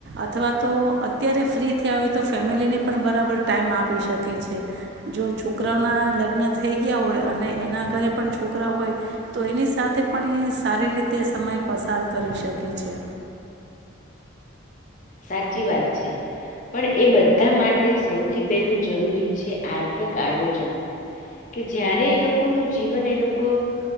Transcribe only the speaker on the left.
સાચી વાત છે પણ એ બધા માટે સૌથી પહેલું જરૂરી છે આર્થિક આયોજન કે જયારે એ લોકો નુ જીવન એ લોકો એ લોકો